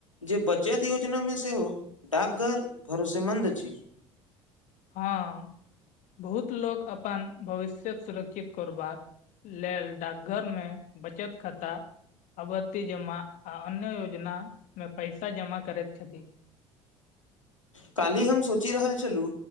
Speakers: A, on the left; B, on the left.
A: जे बचत योजनामे सेहो डाकघर भरोसेमन्द अछि
B: हँ बहुत लोक अपन भविष्यक सुरक्षित करूबाक लेल डाकघर मे बचत खाता अबत्ति जमा आ अन्य योजना मे पैसा जमा करति छथि
A: काल्ही हम सोचि रहल छलु